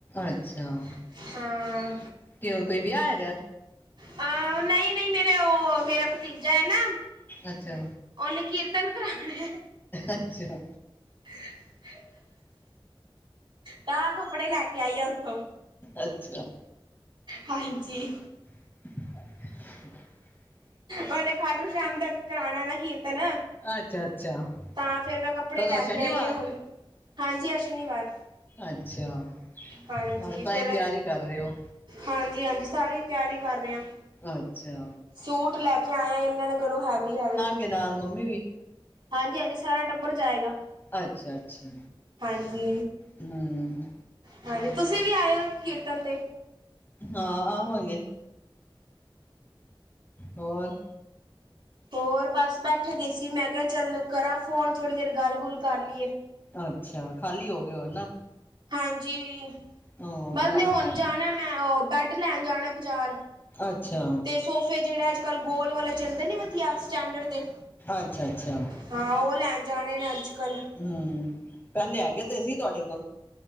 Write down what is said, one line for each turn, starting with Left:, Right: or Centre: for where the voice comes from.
Left: ਅੱਛਾ
Right: <unintelligible> ਹਾਂ।
Left: ਕਿਉਂ ਕੋਈ ਵਿਆਹ ਹੈਗਾ।
Right: ਉਹ ਨਹੀਂ ਨਹੀਂ ਮੇਰੇ ਉਹ ਮੇਰਾ ਭਤੀਜਾ ਹੈ। ਨਾ
Left: ਅੱਛਾ।
Right: ਉਹਹਨੇ ਕੀਰਤਨ ਕਰਾਉਣੇ
Left: ਅੱਛਾ
Right: <unintelligible> ਤਾਂ ਕੱਪੜੇ ਲੈ ਕੇ ਆਈ ਆ ਉੱਥੋਂ
Left: ਅੱਛਾ
Right: ਹਾਂਜੀ
Left: <inaudible>
Right: ਉਹਨੇ ਖਾਟੂ ਸ਼ਾਮ ਦਾ ਕਰਾਉਣਾ ਨਾ ਕੀਰਤਨ
Left: ਅੱਛਾ ਅੱਛਾ
Right: ਤਾਂ ਫੇਰ ਮੈਂ ਕੱਪੜੇ
Left: ਕਦੋਂ
Right: ਲੈ
Left: ਸ਼ਨੀਵਾਰ
Right: ਕੇ ਆਈ ਆਾਂ ਹੁਣ ਹਾਂਜੀ ਆ ਸ਼ਨੀਵਾਰ
Left: ਅੱਛਾ
Right: ਹਾਂਜੀ
Left: ਹਾਂ ਤਾਂ
Right: ਫਿਰ
Left: ਹੀ ਤਿਆਰੀ ਕਰ ਰਹੇ ਹੋ
Right: ਹਾਂਜੀ ਹਾਂਜੀ ਸਾਰੀ ਤਿਆਰੀ ਕਰ ਰਹੇ ਹਾ।
Left: ਅੱਛਾ।
Right: ਸੂਟ ਲੈ ਕੇ ਆਇਆ ਇਹਨਾਂ ਨੇ ਕਰੋ ਹੈਵੀ ਹੈਵੀ।
Left: ਤੇ ਨਾਲ ਮੰਮੀ ਵੀ
Right: ਹਾਂਜੀ ਹਾਂਜੀ ਸਾਰਾ ਟੱਬਰ ਜਾਏਗਾ।
Left: ਅੱਛਾ ਅੱਛਾ
Right: ਹਾਂਜੀ
Left: ਹਮ
Right: ਹਾਂਜੀ ਤੁਸੀਂ ਵੀ ਆਏ ਹੋ ਕੀਰਤਨ ਤੇ।
Left: ਹਾਂ ਆਵਾਂਗੇ ਹੋਰ
Right: ਹੋਰ ਬਸ ਬੈਠੇ ਦੇ ਸੀ ਮੈਂ ਕਿਹਾ ਚੱਲ ਕਰਾਂ ਫੋਨ ਥੋੜ੍ਹੀ ਦੇਰ ਗੱਲ ਗੁੱਲ ਕਰ ਲਈਏ
Left: ਅੱਛਾ ਖਾਲੀ ਹੋ ਗ ਉਹ ਹਨ ਨਾ
Right: ਹਾਂਜੀ
Left: ਹੋਰ
Right: ਬਸ
Left: ਕੰਮ
Right: ਨਹੀਂ ਹੁਣ ਜਾਣਾ ਮੈਂ ਉਹ ਬੈਡ ਲੈਣ ਜਾਣਾ ਬਾਜ਼ਾਰ
Left: ਅੱਛਾ
Right: ਅਤੇ ਸੋਫੇ ਜਿਹੜੇ ਅੱਜ ਕੱਲ੍ਹ ਗੋਲ ਵਾਲੇ ਚੱਲਦੇ ਨ ਵਧੀਆ ਸਟੈਂਡਰਡ ਦੇ
Left: ਅੱਛਾ ਅੱਛਾ
Right: ਹਾਂ ਉਹ ਲੈਣ ਜਾਣੇ ਨੇ ਅੱਜ ਕੱਲ੍ਹ
Left: ਹਮ ਪਹਿਲੇ ਆਗੇ ਤੇ ਅ ਸੀ ਤੁਹਾਡੇ ਕੋਲ